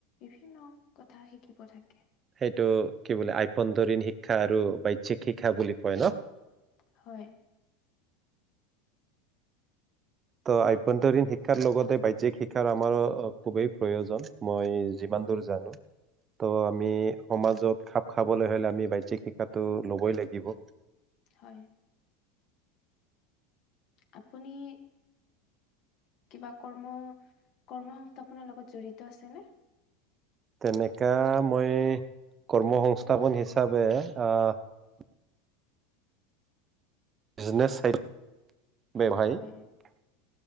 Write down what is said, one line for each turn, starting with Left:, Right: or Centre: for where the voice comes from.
Left: বিভিন্ন কথা, শিকি। থাকিব থাকে।
Right: এইটো কি বোলে আভ্যয়ন্তৰীণ শিক্ষা আৰু বাহ্যিক শিক্ষা বুলি কয় ন
Left: হয়
Right: ত আভ্যন্তৰীণ শিক্ষাৰ লগতে বাহ্যিক শিক্ষাৰ আমাৰো খুবেই প্ৰয়োজন মই যিমান দূৰ জানো। ত' আমি সমাজত খাপ খাবলৈ হ'লে আমি বাহ্যিক শিক্ষাতো ল'বই লাগিব
Left: হয়। আপুনি? কিবা কৰ্ম -কৰ্মসস্থাপনৰ লগত জড়িত আছেনে?
Right: তেনেকা মই কৰ্ম সংস্থাপন হিচাপে আহ বিজনেছ চাইড বৱসায়িক
Left: হয়